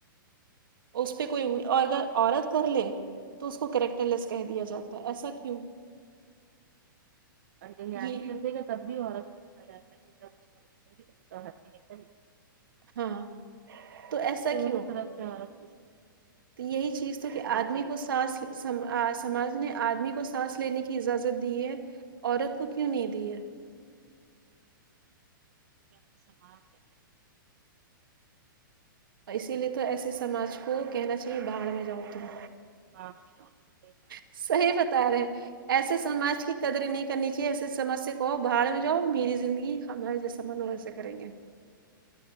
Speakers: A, on the right; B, on the right.
A: اس پہ کوئی اور اگر عورت کر لے تو اس کو کیریکٹر لیس کہہ دیا جاتا ہے ایسا کیوں
B: ا یاد
A: یہ
B: ہی کر دے گا تب بھی عورت <unintelligible>
A: ہاں تو ایسا
B: دونوں
A: کیوں
B: طرف جا رکھے اس کی
A: تو یہی چیز تو
B: سما
A: کہ آدمی
B: جائیے
A: کو سانس سماج نے آدمی کو سانس لینے کی اجازت دی ہے عورت کو کیوں نہیں دی ہے
B: گ سماج ہے
A: اور اسی لیے تو ایسے سماج کو کہنا چاہیے بھاڑ میں جاؤ تم
B: <unintelligible>
A: صحیح بتا رہے ہیں ایسے سماج کی قدریں نہیں کرنی چاہیے ایسے سمج سے کہو بھاڑ میں جاؤ میری زندگی ہم ای جیسا من ہو ویسے کریں گے